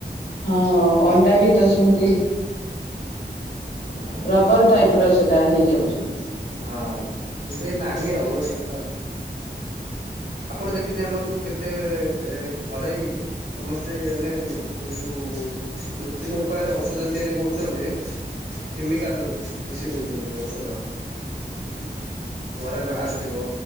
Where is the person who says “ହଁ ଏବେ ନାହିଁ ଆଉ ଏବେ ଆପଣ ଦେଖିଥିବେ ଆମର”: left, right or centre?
Right